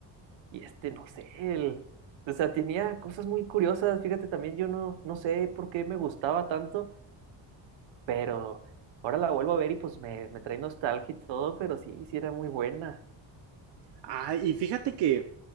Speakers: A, on the right; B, on the right.
A: y este, no sé, el, o sea, tenía cosas muy curiosas, fíjate, también yo no, no sé por qué me gustaba tanto pero ahora la vuelvo a ver y pues me, me trae nostalgia y todo, pero sí, sí era muy buena.
B: Ah, y fíjate que